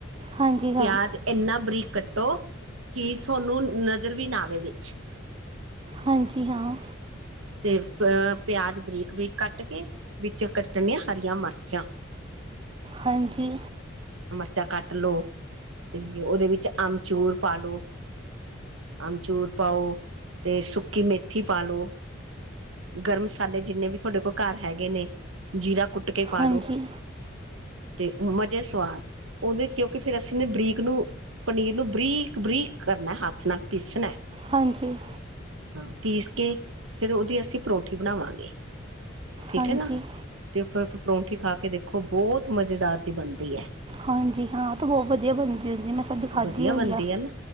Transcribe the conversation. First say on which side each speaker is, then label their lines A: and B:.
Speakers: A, on the right; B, on the right.
A: ਹਾਂਜੀ ਹਾਂ
B: ਪਿਆਜ ਇੰਨਾ ਬਰੀਕ ਕੱਟ ਕੀ ਤੁਹਾਨੂੰ ਨਜ਼ਰ ਵੀ ਨਾ ਆਵੇ ਵਿਚ
A: ਹਾਂਜੀ ਹਾਂ
B: ਤੇ ਅ ਪਿਆਜ ਬਰੀਕ ਬਰੀਕ ਕੱਟ ਕੇ ਵਿੱਚ ਕੱਟਣੀਆਂ ਹਰੀਆਂ ਮਿਰਚਾਂ
A: ਹਾਂਜੀ
B: ਬੱਚਾ ਕੱਟਲੋ ਤੇ, ਉਹਦੇ ਵਿੱਚ ਆਮਚੂਰ ਪਾਲੋ। ਅਮਚੂੂਰ ਪਾਓ, ਤੇ ਸੁੱਕੀ ਮੇਥੀ ਪਾਲੋ। ਗਰਮ ਮਸਾਲੇ ਜਿੰਨੇ ਵੀ ਤੁਹਾਡੇ ਕੋਲ ਘਰ ਹੈਗੇ ਨੇ, ਜੀਰਾ ਕੁੱਟ ਕੁੱਟਕੇ ਪਾਲੋ
A: ਹਾਂਜੀ
B: ਤੇ ਮਜ਼ੇ ਸਵਾਦ ਉਹਦੇ ਕਿਉਂਕਿ ਫਿਰ ਅਸੀਂਨੇ ਬਰੀਕ ਨੂੰ ਪਨੀਰ ਨੂੰ, ਬਰੀਕ-ਬਰੀਕ ਕਰਨਾ ਹੱਥ ਨਾਲ ਪੀਸਣਾ।
A: ਹਾਂਜੀ
B: ਹਾਂ ਪੀਸ ਕੇ ਫਿਰ ਉਹਦੀ ਅਸੀਂ ਪਰੌਠੀ ਬਣਾਵਾਂਗੇ ਠੀਕ
A: ਹਾਂਜੀ
B: ਹੈ ਨਾ ਤੇ ਉਪਰ ਪਰੌਂਠੀ ਖਾ ਕੇ ਦੇਖੋ ਬਹੁਤ ਮਜ਼ੇਦਾਰ ਦੀ ਬਣਦੀ ਹੈ
A: ਹਾਂਜੀ ਹਾਂ ਉਹ ਤੇ ਬਹੁਤ ਵਧੀਆ ਬਣਦੀ ਹੁੰਦੀ ਮੈਂ ਸਜ ਖਾਧੀ
B: ਵਧੀਆ
A: ਹੋਈ
B: ਬਣਦੀ
A: ਆ
B: ਹੈ ਨਾ